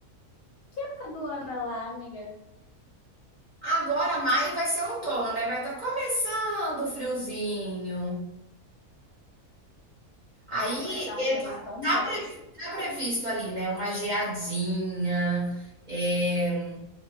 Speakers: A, on the left; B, on the right.
A: Que época do ano é lá, amiga?
B: Agora, maio vai ser um outono, né? Vai estar tá começando o friozinho. Aí,
A: Nossa, vai estar
B: é,
A: um clima
B: tá,
A: tão
B: tá
A: bom.
B: pre- tá previsto ali, né? Uma geadinha, é,